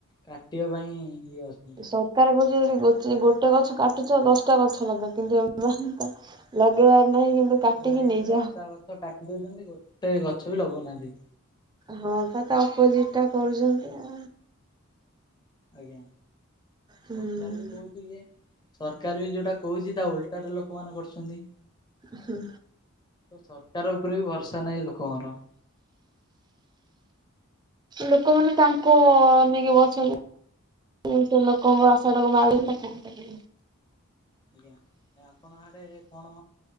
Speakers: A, on the left (about 20°); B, on the right (about 20°).
A: କାଟିବା ପାଇଁ ଇଏ ଅଛନ୍ତି
B: ସରକାର କହୁଛି, ଯଦି ଗୋଟେ ଗଛ କାଟୁଛ ଦଶଟା ଗଛ ଲଗା କିନ୍ତୁ ଏମାନେ ତ ଲଗେଇବାର ନାହିଁ କିନ୍ତୁ କାଟିକି
A: ହଁ ବା
B: ନେଇଯାଅ।
A: ଦଶଟା ଗଛ କାଟି ଦଉଚନ୍ତି। ଗୋଟେ ଗଛ ବି ଲଗଉନାହାନ୍ତି।
B: ହଁ, ବା ତା ଅପୋଜିଟଟା କରୁଛନ୍ତି ଆଉ।
A: ଆଜ୍ଞା।
B: ହୁଁ।
A: ସରକାର ବି ବହୁତ ଇଏ। ସରକାର ବି ଯୋଉଟା କହୁଛି, ତା ଓଲଟାଟା ଲୋକମାନେ କରୁଛନ୍ତି।
B: ହଁ।
A: ତ ସରକାର ଉପରେ ବି ଭରସା ନାହିଁ, ଲୋକଙ୍କର।
B: ଲୋକମାନେ ତାଙ୍କୁ ଅନେଇକି ବଇଛନ୍ତି। ହେଲେ ସେ ଲୋକଙ୍କ ଆଶାଟାକୁ ମାଡି ନ ଥାନ୍ତା କି?
A: ଆଜ୍ଞା। ଆପଣ ଆଡ଼େ କଣ